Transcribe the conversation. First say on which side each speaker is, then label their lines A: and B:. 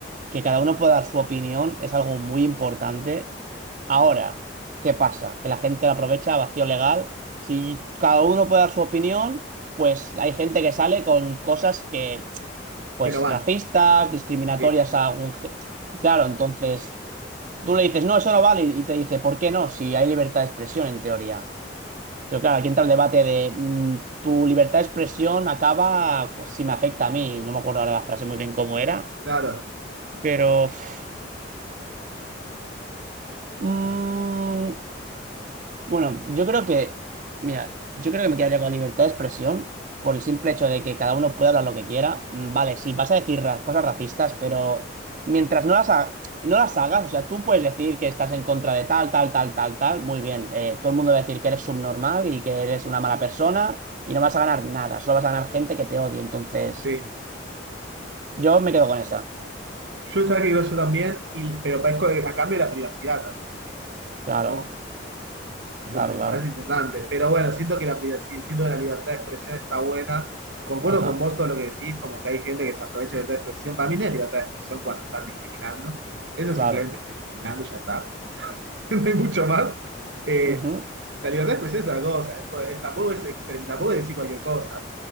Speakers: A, on the right; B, on the right.
A: que cada uno pueda dar su opinión es algo muy importante. Ahora, ¿qué pasa? Que la gente la aprovecha a vacío legal. Si cada uno puede dar su opinión, pues hay gente que sale con cosas que, pues,
B: Que no van.
A: racistas, discriminatorias
B: Sí,
A: a algún... ge- Claro, entonces tú le dices, no, eso no vale, y te dice, ¿por qué no? Si hay libertad de expresión en teoría. Pero claro, aquí entra el debate de mm, tu libertad de expresión acaba pues, si me afecta a mí. No me acuerdo ahora la frase muy bien cómo era,
B: claro,
A: pero... uf, Mm, bueno, yo creo que, mira, yo creo que me quedaría con la libertad de expresión por el simple hecho de que cada uno puede hablar lo que quiera. Mm, Vale, sí, vas a decir ra- cosas racistas, pero mientras no las, ha- no las hagas, o sea, tú puedes decir que estás en contra de tal, tal, tal, tal, tal, muy bien. eh, todo el mundo va a decir que eres subnormal y que eres una mala persona y no vas a ganar nada, solo vas a ganar gente que te odie. Entonces,
B: sí.
A: yo me quedo con esa.
B: Yo sabía que creo yo también, y, pero parezco a cambio de la privacidad.
A: Claro,
B: Ojo, eso
A: claro,
B: también
A: claro.
B: parece importante. Pero bueno, siento que la privacidad, siento que la libertad de expresión está buena. Concuerdo
A: Ajá,
B: con vos todo lo que decís, como que hay gente que se aprovecha de libertad de expresión. Para mí no es libertad de expresión cuando están discriminando. Eso
A: claro.
B: simplemente está discriminando y ya está. <laughs> No hay mucho más. Eh,
A: ujú,
B: la libertad de expresión es algo, cosa. es po- es- tampoco es extrema, tampoco es decir cualquier cosa.